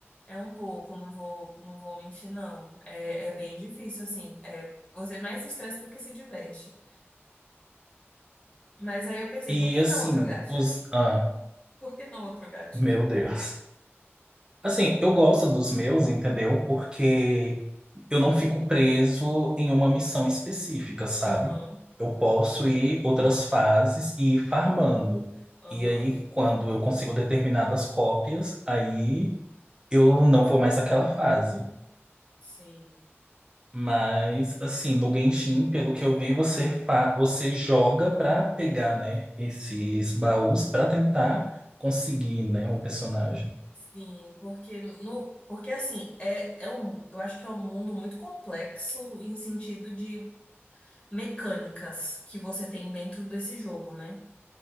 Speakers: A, on the left; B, on the right.
A: é um pouco, não vou, não vou mentir, não. É, é bem difícil, assim. É, você mais se estressa do que se diverte. Mas aí eu pensei,
B: E
A: por que
B: assim,
A: não outro gacha?
B: os.
A: <laughs>
B: Ah,
A: Por que não outro gacha?
B: meu Deus. Assim, eu gosto dos meus, entendeu? Porque eu não fico preso em uma missão específica, sabe?
A: Aham,
B: Eu posso ir outras fases e ir farmando.
A: aham.
B: E aí, quando eu consigo determinadas cópias, aí eu não vou mais àquela fase.
A: Sim.
B: Mas, assim, no Genshin, pelo que eu vi, você, fa você joga pra pegar, né, esses baús pra tentar conseguir, né, o personagem.
A: Sim, porque no, porque assim, é, é um, eu acho que é um mundo muito complexo em sentido de mecânicas que você tem dentro desse jogo, né?